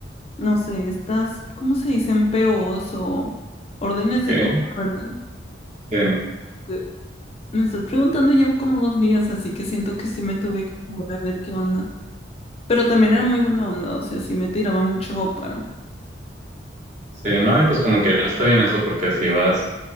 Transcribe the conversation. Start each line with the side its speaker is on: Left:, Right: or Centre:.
Left: no sé, estas, ¿cómo se dicen? POs o órdenes
Right: Okay,
Left: de compra, ¿verdad?
Right: sí,
Left: Que me estás preguntando, llevo como dos días, así que siento que sí me tuve que mover a ver qué onda. Pero también era muy buena onda, o sea, sí me tiraba mucho paro.
Right: sí, no, y pues como quiera está bien eso porque así vas,